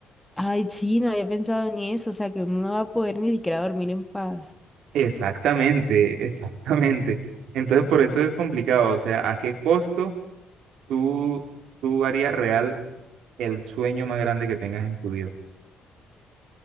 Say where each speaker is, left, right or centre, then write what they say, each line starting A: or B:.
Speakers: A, in the centre; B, on the right (about 80°).
A: Ay, sí, no había pensado en eso, o sea, que uno no va a poder ni siquiera dormir en paz.
B: Exactamente, <laughs> exactamente. Entonces, por eso es complicado, o sea, ¿a qué costo? Tú, tú harías real el sueño más grande que tengas en tu vida.